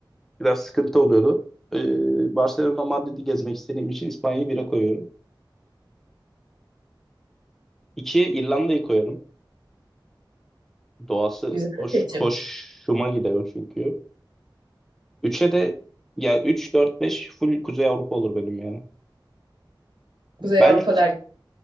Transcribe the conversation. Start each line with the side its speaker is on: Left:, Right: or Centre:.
Centre: biraz sıkıntı oluyordu. Ee, Barcelona, Madrid'i gezmek istediğim için İspanya'yı bire koyuyorum. İkiye İrlanda'yı koyuyorum. Doğası
Right: Güzel
Centre: hoş,
Right: bir seçim.
Centre: hoşuma gidiyor çünkü. Üçe de ya 3 4 5 full Kuzey Avrupa olur benim ya.
Right: Kuzey
Centre: Belki
Right: Avrupa derken.